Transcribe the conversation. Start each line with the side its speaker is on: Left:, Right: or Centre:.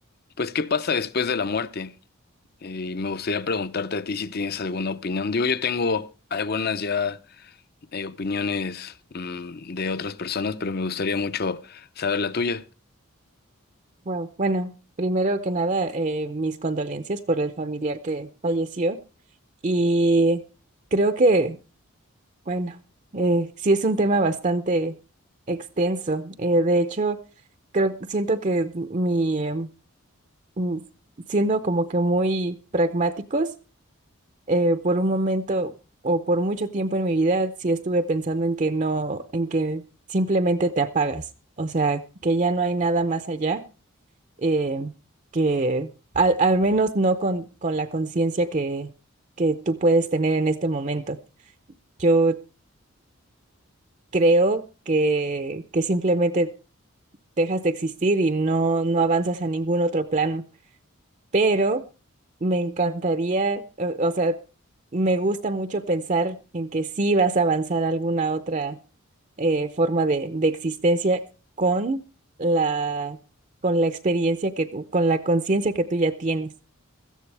Left: pues, ¿qué pasa después de la muerte? Eh, y me gustaría preguntarte a ti si tienes alguna opinión. Digo, yo tengo algunas ya eh, opiniones mm, de otras personas, pero me gustaría mucho saber la tuya.
Right: wow. Bueno, primero que nada, eh, mis condolencias por el familiar que falleció. Y creo que, bueno, eh, sí es un tema bastante extenso. Eh, de hecho, creo, siento que mi, em, mm, siendo como que muy pragmáticos, eh, por un momento o por mucho tiempo en mi vida, sí estuve pensando en que no, en que simplemente te apagas, o sea, que ya no hay nada más allá, eh, que al, al menos no con, con la conciencia que, que tú puedes tener en este momento. Yo creo que, que simplemente dejas de existir y no, no avanzas a ningún otro plano. pero me encantaría, eh, o sea, me gusta mucho pensar en que sí vas a avanzar a alguna otra eh, forma de, de existencia con la, con la experiencia que tú, con la conciencia que tú ya tienes.